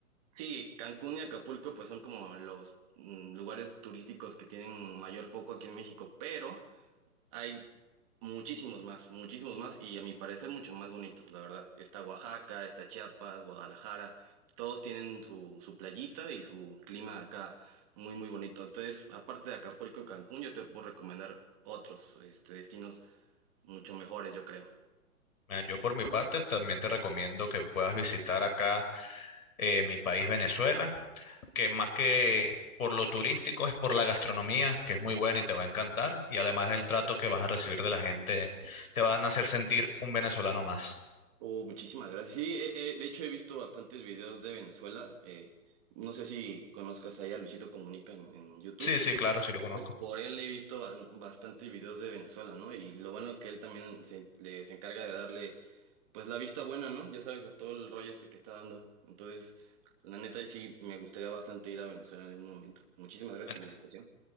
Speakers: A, on the right (about 25°); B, on the left (about 70°).
A: Sí, Cancún y Acapulco pues son como los mm, lugares turísticos que tienen mayor foco aquí en México, pero Hay muchísimos más, muchísimos más y a mi parecer mucho más bonitos, la verdad. Está Oaxaca, está Chiapas, Guadalajara, todos tienen su, su playita y su clima acá muy, muy bonito. Entonces, aparte de Acapulco y Cancún, yo te puedo recomendar otros este, destinos mucho mejores, yo creo.
B: Ah, Yo por mi parte también te recomiendo que puedas visitar acá eh, mi país Venezuela, que más que por lo turístico es por la gastronomía, que es muy buena y te va a encantar, y además el trato que vas a recibir de la gente, te van a hacer sentir un venezolano más.
A: Oh, muchísimas gracias. Sí, eh, eh, de hecho he visto bastantes videos de Venezuela. eh, no sé si conozcas ahí a Luisito Comunica en en YouTube.
B: Sí, sí, claro, sí lo conozco.
A: Pues, Por él he visto ba- bastante videos de Venezuela, ¿no? Y lo bueno que él también se, le- se encarga de darle, pues, la vista buena, ¿no? Ya sabes, a todo el rollo este que está dando. Entonces, la neta, sí, me gustaría bastante ir a Venezuela en algún momento. Muchísimas gracias
B: Bueno,
A: por la invitación.